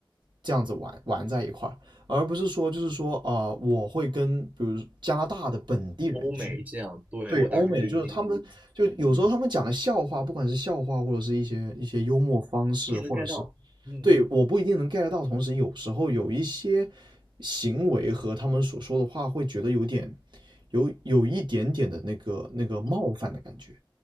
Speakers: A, on the right; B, on the right.
A: 这样子玩玩在一块儿，而不是说就是说啊、呃我会跟比如加拿大的本地人去，
B: 欧美这样，对，
A: 对欧美的，
B: 我大概理解你的意思，
A: 就是他们就有时候他们讲的笑话，
B: 嗯，
A: 不管是笑话或者是一些一些幽默方式，
B: 一点能
A: 或者是
B: get 到，嗯。
A: 对我不一定能 get 到，同时有时候有一些行为和他们所说的话，会觉得有点有有一点点的那个那个冒犯的感觉。